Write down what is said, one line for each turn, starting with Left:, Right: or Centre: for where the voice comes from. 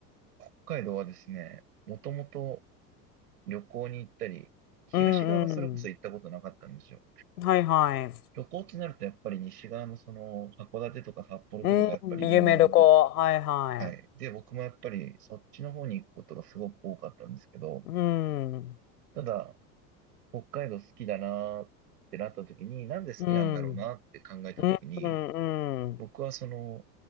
Right: 北海道はですね、もともと旅行に行ったり、東側がそれこそ行ったことなかったんですよ。
Left: うんうん。はいはい。
Right: 旅行ってなるとやっぱり西側のその函館とか札幌とかがやっぱり有名で僕、
Left: うん、夢旅行。はいは
Right: はい。で、僕もやっぱりそっちの方に行くことがすごく多かったんですけど、
Left: い。うん。
Right: ただ北海道好きだなーってなった時に、なんで好きなんだろうなって考えた時に、
Left: うん。うん、うん、うん。
Right: 僕はその、